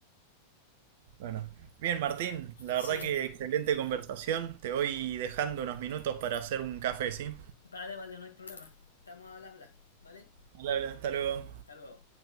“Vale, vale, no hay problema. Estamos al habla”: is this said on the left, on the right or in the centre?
Left